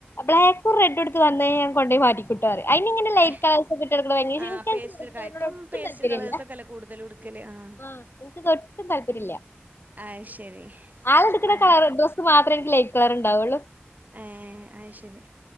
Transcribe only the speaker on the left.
ബ്ലാക്കും റെഡുടുത്ത്വവന്ന ഞാൻ കൊണ്ട പോയി മാറ്റിക്കട്ടാറ് അതിന്ങ്ങനെ ലൈറ്റ്
കളേഴ്സ്കഇട്ട ടുക്കണ എനിക്കാനോട്
ഒട്ടും
താല്പര്യംല്ല
ആ ട്ടും താല്പര്യില്ല
ആളെ എടുക്കണ
കള മാത്രേ എനിക്ക് ലൈറ്റ് <unintelligible> ക്കളറ്ണ്ടാവോള്ളൂ